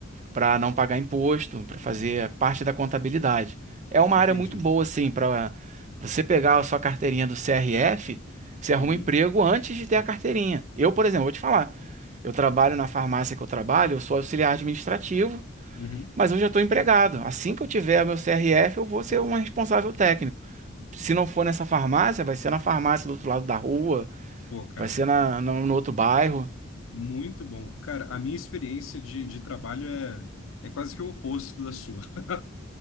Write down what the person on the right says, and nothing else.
para não pagar imposto, para fazer parte da contabilidade. É uma
área muito boa, assim, para você pegar a sua carteirinha do CRF, você arruma
um emprego antes de ter a carteirinha. Eu, por exemplo, vou te falar, eu trabalho na farmácia que eu trabalho, eu sou auxiliar administrativo,
mas eu já estou empregado. Assim que eu tiver meu CRF, eu vou ser um responsável técnico. Se não for nessa farmácia, vai ser na farmácia do outro lado da rua,
vai ser na, no, no outro bairro.